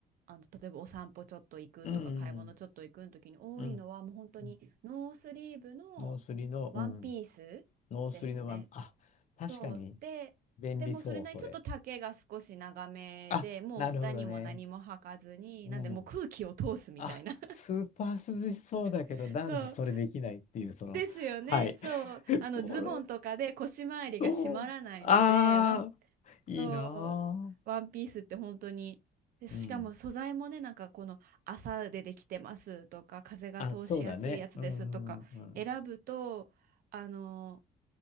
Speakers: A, on the right; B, on the left.
A: あの、例えばお散歩ちょっと行くとか、
B: うん
A: 買い物ちょっと行くの時に多いのは、
B: うん
A: もう本当にノースリーブの
B: うん。ノースリの、
A: ワンピースですね。
B: うん。ノースリのまま、あ、確かに
A: そうで、
B: 便利そう、
A: でもそれなりにちょっと丈が少し長めでもう下にも何も履かずになんでもう空気を通すみたいな
B: それ。あ、なるほどね。うん。あ、スーパー涼しそうだけど、
A: <laughs>
B: 男子それできないっていう、
A: そう
B: その、
A: ですよねそうあのズボンとかで腰回りが締まらないのでワン
B: はい。<laughs> それと、ああ、いいな
A: そう、ワンピースって本当に、で、しかも素材もね、
B: ー。うん。
A: なんかこの麻でできてますとか、風が通しやすいやつですとか選ぶと、
B: あ、そうだね。うん、うん、うん。
A: あの、